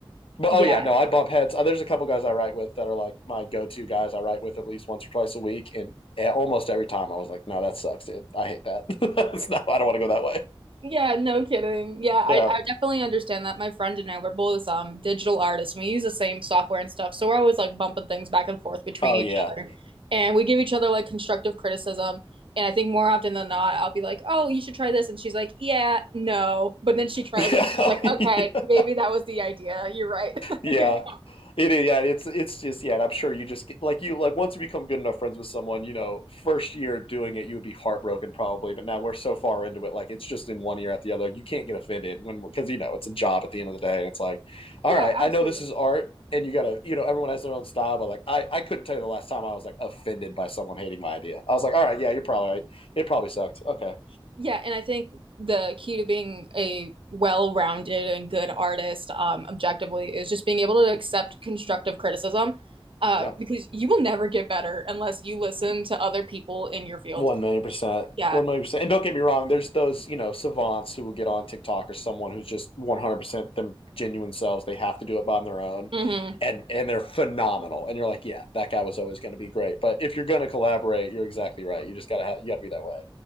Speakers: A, on the left (about 80°); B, on the right (about 70°).
A: But
B: Yeah.
A: oh yeah, no, I bump heads. Uh, There's a couple guys I write with that are like my go-to guys. I write with at least once or twice a week, and eh, almost every time I was like, "No, that sucks, dude. I hate that. <laughs> It's not- I don't want to go that way."
B: Yeah, no kidding. Yeah, I,
A: Yeah.
B: I definitely understand that. My friend and I, we're both um digital artists and we use the same software and stuff. So we're always like bumping things back and forth between
A: Oh
B: each
A: yeah.
B: other. And we give each other like constructive criticism. And I think more often than not, I'll be like, "Oh, you should try this," and she's like, "Yeah, no." But then she tries
A: Yeah.
B: it. She's like, "Okay,
A: <laughs>
B: maybe that was the idea. You're right." <laughs>
A: Yeah.
B: You know?
A: It is, yeah, it's it's just yeah, and I'm sure you just get, like you like once you become good enough friends with someone, you know, first year doing it, you would be heartbroken probably, but now we're so far into it, like it's just in one ear at the other. You can't get offended when because you know it's a job at the end of the day, and it's like,
B: Yeah,
A: all right,
B: absolutely.
A: I know this is art, and you gotta, you know, everyone has their own style, but like I I couldn't tell you the last time I was like offended by someone hating my idea. I was like, all right, yeah, you're probably right. It probably sucked. Okay,
B: Yeah, and I think the key to being a well-rounded and good artist, um, objectively, is just being able to accept constructive criticism, uh,
A: yeah,
B: because you will never get better unless you listen to other people in your field.
A: One million percent.
B: Yeah.
A: One million percent. And don't get me wrong, there's those, you know, savants who will get on TikTok or someone who's just 100% them genuine selves. They have to do it on their own.
B: hmm
A: And and they're phenomenal. And you're like, yeah, that guy was always going to be great. But if you're going to collaborate, you're exactly right. You just got to ha- you got to be that way.